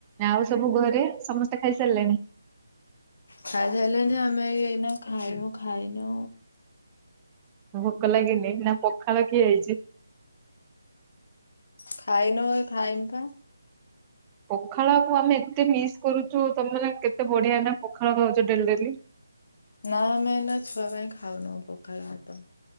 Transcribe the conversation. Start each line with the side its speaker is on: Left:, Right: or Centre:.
Right: ଆଉ ସବୁ ଘରେ ସମସ୍ତେ ଖାଇସାରିଲେଣି?
Left: ଖାଇସାଇଲେଣିି ଆମେ ଏଇ-ଏଇନା ଖାଇବୁ ଖାଇନୁ।
Right: ଭୋକ ଲାଗିନି ନା ପଖାଳ ଖିଆ ହେଇଚି?
Left: ଖାଇନୁ ଏଇ ଖାଇମୁ ପା।
Right: ପଖାଳକୁ ଆମେ ଏତେ ମିସ୍ କରୁଚୁ ତମେମାନେ କେତେ ବଢିଆ ନା ପଖାଳ ଖାଉଚ ଡେଲି ଡେଲି।
Left: ନା ଏଇନା ଛୁଆ ପାଇଁ ଖାଉନୁ ପଖାଳ ଭାତ।